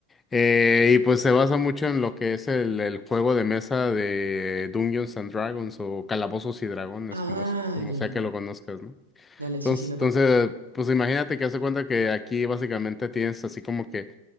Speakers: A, on the left; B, on the right.
A: Eh, y pues se basa mucho en lo que es el, el juego de mesa de Dungeons and Dragons o Calabozos y Dragones,
B: Ah,
A: como, como
B: ya,
A: sea
B: ya,
A: que
B: ya.
A: lo conozcas, ¿no?
B: Dale,
A: Entonces,
B: sí, sí, lo
A: entonces,
B: conozco.
A: pues imagínate que hace cuenta que aquí básicamente tienes así como que